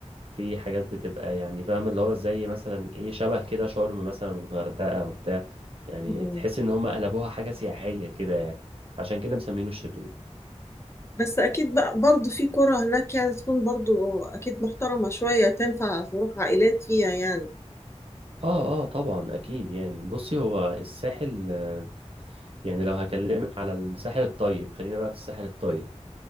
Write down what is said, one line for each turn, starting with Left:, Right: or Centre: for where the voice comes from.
Right: في حاجات بتبقى يعني فاهم اللي هو زي مثلا ايه شبه كده شرم مثلا والغردقة وبتاع يعني
Left: مم.
Right: تحس ان هم قلبوها حاجة سياحية كده يعني عشان كده مسمينه الشرير
Left: بس اكيد بقى برضه في قرى هناك يعني تكون برضه اكيد محترمة شوية تنفع تروح عائلات فيها يعني
Right: اه اه طبعا اكيد يعني بصي هو الساحل آه، يعني لو هكلمك على الساحل الطيب خلينا بقى في الساحل الطيب